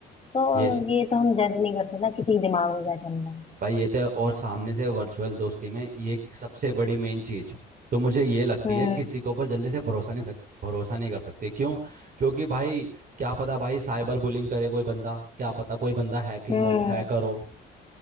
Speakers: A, on the left; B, on the right.
A: तो
B: ये
A: ये तो हम जज नहीं कर सकते ना किसी के दिमाग में क्या चल रहा है
B: भाई ये तो और सामने से वर्चुअल दोस्ती में ये सबसे बड़ी मेन चीज तो मुझे ये लगती
A: हम्म
B: है किसी के ऊपर जल्दी से भरोसा नहीं सक भरोसा नहीं कर सकते क्यों क्योंकि भाई क्या पता भाई साइबर बुलिंग करे कोई बंदा क्या पता कोई बंदा हैकिंग
A: हम्म
B: हो हैकर हो